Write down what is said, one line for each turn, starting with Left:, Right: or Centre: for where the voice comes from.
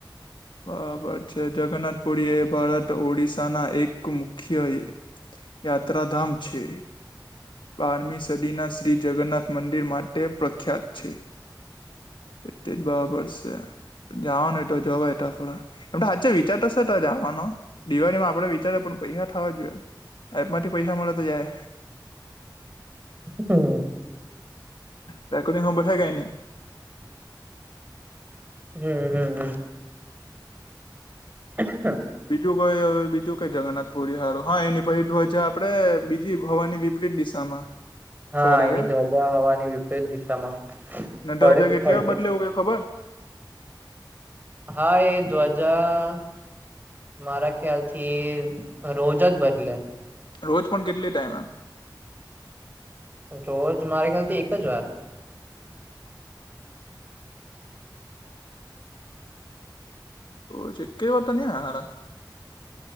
Left: બરાબર છે જગન્નાથપુરી એ ભારત ઓડિસાના એક મુખ્ય યાત્રાધામ છે. બારમી સદીના શ્રી જગન્નાથ મંદિર માટે પ્રખ્યાત છે. તેજ બરાબર છે જવાના હોય તો જવાય. તખુદે એમ હાચે વિચાર તો છે તાં જવાનો દિવાળીમાં આપડે વિચારિયે પણ પૈસા થવા જોઈએ. એપમાંથી પૈહા મળે તો જાય.
Right: હા.
Left: ત કોની ખ બેઠા કે ની.
Right: હમ્મ હમ્મ હમ્મ. ઠીક <unintelligible> છે. <unintelligible>
Left: બીજું કોઈ હવે બીજું કઈ જગનાથ. પુરી હારુ હા એની પછી ધ્વજા આપડે બીજી હવાની વિપરીત દિશામાં.
Right: હા
Left: ફરે
Right: એની
Left: કે
Right: ધ્વજા હવાની વિપરીત દિશામાં.
Left: ને
Right: ફડ
Left: ધ્વજા કેટલી
Right: ફડકે
Left: વાર બદલે એવું કઇ ખબર.
Right: હા એ ધ્વજા મારા ખ્યાલ થી રોજ જ બદલે.
Left: રોજ પણ કેટલી ટાઈમ એમ?
Right: રોજ મારી ખ્યાલથી એક જ વાર.
Left: ઓ છે કે વારતા ન હ હારા.